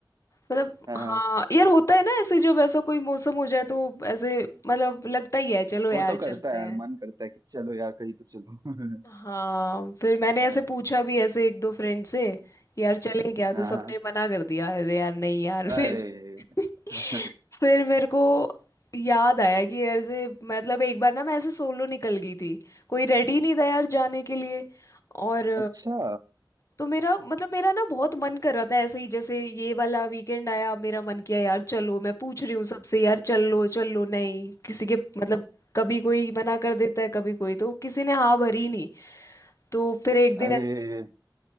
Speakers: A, on the left; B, on the right.
A: मतलब
B: <laughs>
A: हाँ
B: हाँ
A: यार होता है ना ऐसे जब ऐसा कोई मौसम हो जाए तो ऐसे मतलब लगता ही है चलो यार
B: वो तो करता
A: चलते
B: है यार
A: हैं
B: मन करता है कि चलो यार कहीं तो चलो
A: हाँ
B: <laughs>
A: फिर मैंने
B: अ,
A: ऐसे पूछा भी ऐसे एक दो फ्रेंड से कि यार चलें क्या तो
B: हाँ
A: सबने
B: हाँ,
A: मना कर दिया अरे यार नहीं यार
B: अरे
A: फिर <laughs>
B: <laughs>
A: फिर मेरे को याद आया कि यार से मतलब एक बार ना मैं ऐसे सोलो निकल गई थी कोई रेडी नहीं था यार जाने के लिए और
B: अच्छा
A: तो मेरा मतलब मेरा ना बहुत मन कर रहा था ऐसे ही जैसे ये वाला वीकेंड आया मेरा मन किया यार चलो मैं पूछ रही हूँ सबसे यार चल लो चल लो नहीं किसी के मतलब कभी कोई मना कर देता है कभी कोई तो किसी ने हाँ भरी नहीं तो फिर एक
B: अरे
A: दिन ऐसे